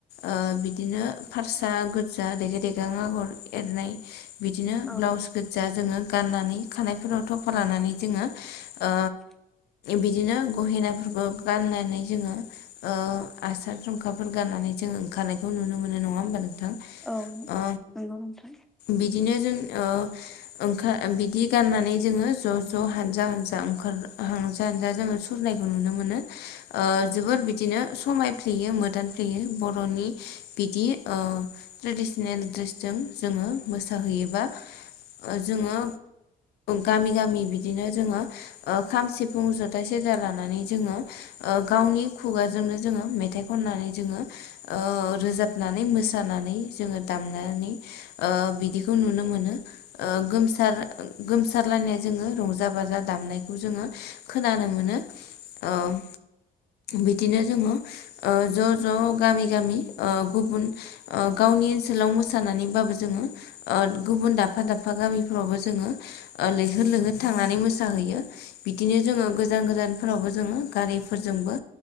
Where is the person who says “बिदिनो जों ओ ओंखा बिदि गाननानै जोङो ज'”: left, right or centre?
Left